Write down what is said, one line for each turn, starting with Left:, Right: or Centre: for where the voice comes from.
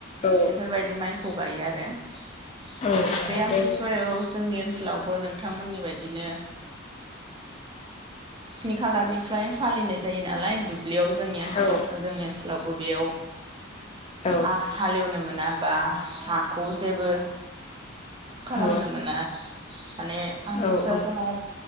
Left: औ
Right: बेफोरबायदि माइखौ गायो आरो <unintelligible>
Left: औ गायनाय
Right: बे आमथिसुवायाव
Left: जायो नोंथां
Right: जोंनि ओनसो लावबो नोंथांमोननि बायदिनो स्नि खालारनिफ्राय फालिनाय जायो नालाय दुब ब्लियाव जोंनि ओनसोलाव
Left: औ
Right: जोंनि ओनसो लावबो बेयाव
Left: औ
Right: आ हाल एवनो मोनाबा हाखौ जेबो खालामनो
Left: औ
Right: मोना <inaudible> माने आमथिसुवा
Left: औ
Right: समाव